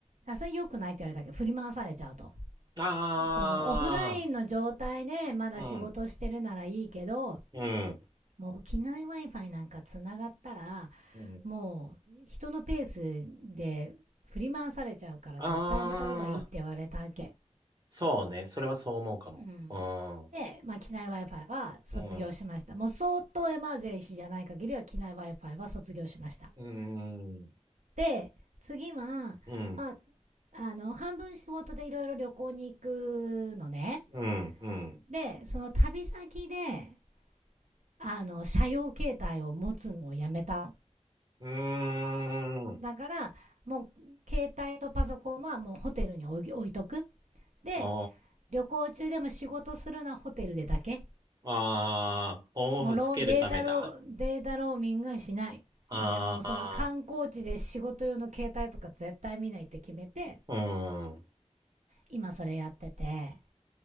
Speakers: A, on the right (about 85°); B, on the right (about 35°).
A: あ、それ良くないって言われたけど、振り回されちゃうと。
B: あ
A: その、オフラインの状態でまだ仕事してるならいいけど、
B: あ、うん、うん、
A: もう機内 Wi-Fi なんかつながったら、
B: うん。
A: もう人のペースで振り回されちゃうから絶対やめた方がいいって言われたわけ。
B: ああ、そうね。それはそう思うかも。
A: うん。
B: うん、
A: で、まあ、機内 Wi-Fi は卒業しました。
B: うん、
A: もう相当エマージェンシーじゃない限りは機内 Wi-Fi は卒業しました。
B: うん、
A: で、次は、
B: うん、
A: まあ、あの、半分仕事でいろいろ旅行に行くのね。
B: うん、うん。
A: で、その旅先で、あの、車用携帯を持つのをやめた
B: うーん。
A: だから、もう、携帯とパソコンはもうホテルに置い置いとく。で、
B: あ
A: 旅行中でも仕事するのはホテルでだけ。
B: あ、ああ、オンオフつけるためだ。
A: もうロー、データロー、データローミングしない。
B: ああ、
A: で、もうその観光地で仕事用の携帯とか絶対見ないって決めて、
B: うん。
A: 今それやってて。